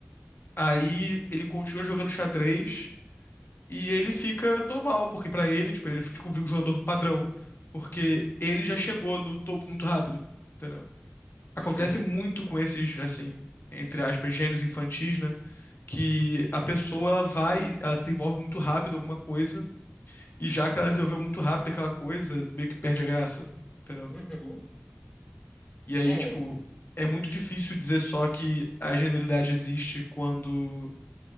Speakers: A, on the left; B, on the left.
A: aí ele continua jogando xadrez e ele fica normal, porque pra ele, tipo, ele fica um jogador padrão, porque ele já chegou no topo muito rápido, entendeu? acontece
B: Uhum,
A: muito com esses, assim, entre aspas, gênios infantis, né? Que a pessoa ela vai, ela se envolve muito rápido em alguma coisa, e já que ela desenvolveu muito rápido aquela coisa, meio que perde a graça, entendeu?
B: uhum.
A: E aí,
B: É,
A: tipo, é muito difícil dizer só que a genialidade existe quando